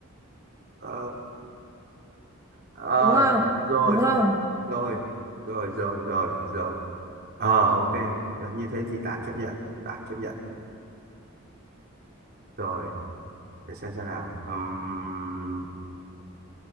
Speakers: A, on the right; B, on the right.
A: ờ, ờ,
B: đúng không
A: rồi
B: đúng không
A: rồi rồi rồi rồi rồi ờ ok Ờ, như thế thì tạm chấp nhận tạm chấp nhận rồi để xem xem nào Ừm,